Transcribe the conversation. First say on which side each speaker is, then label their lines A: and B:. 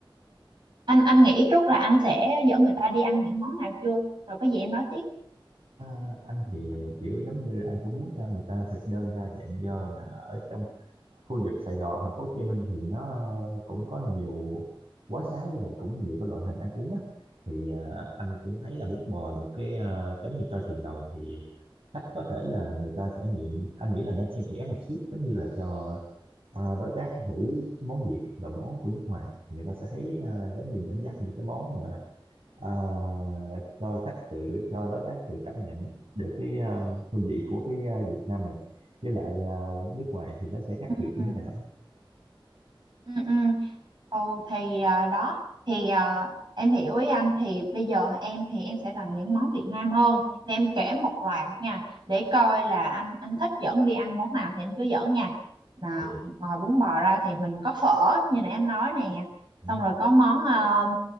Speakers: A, on the right; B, on the right.
A: anh anh nghĩ trước là anh sẽ dẫn người ta đi ăn những món nào chưa rồi có gì em nói tiếp
B: À, anh thì kiểu giống như anh cũng muốn cho người ta thực đơn đa dạng do là ở trong khu vực Sài Gòn thành phố Hồ Chí Minh thì nó cũng có nhiều quán xá với lại cũng nhiều cái loại hình ăn uống á thì ờ, anh cũng thấy là bún bò là một cái ờ, giống như chơi từng đầu thì khách có thể là người ta trải nghiệm anh nghĩ là nên xen kẽ một xíu giống như là cho ờ, đối tác thử món Việt rồi món của nước ngoài thì người ta sẽ thấy ờ, giống như dẫn dắt những cái món mà ờ, cho khách tự cho đối tác tự cảm nhận được cái ờ, hương vị của cái ờ, Việt Nam mình với lại ờ, nước ngoài thì nó sẽ khác
A: ừ
B: biệt như thế nào
A: Ừ, ừ. Ồ thì à, đó thì à, em hiểu ý anh thì bây giờ em thì em sẽ làm những món Việt Nam hơn thì em kể một loạt nha để coi là anh anh thích dẫn đi ăn món nào thì anh cứ dẫn nha nào
B: Vậy à?
A: ngoài bún bò ra thì mình có phở như nãy anh nói nè
B: Ừ.
A: xong rồi có món ờ,